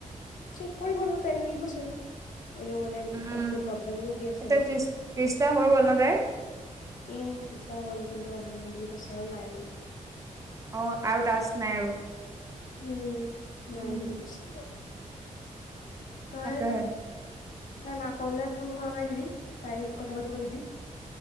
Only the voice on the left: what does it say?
ঠিক কৰিবলৈ টাইম লাগিব চাগে। এনেও মানে
এপটোত প্ৰব্লেমো দি আছে
ন।
উম, ত্ৰিশটা হ'ল কিন্তু অহা নাই বুলি কৈছে আৰু নাই মানে।
উম নাই
বুলি কৈছে। তই
তাই মাকলৈ ফোন লগাই দিবি, তাইক কথা পাতিব দিবি।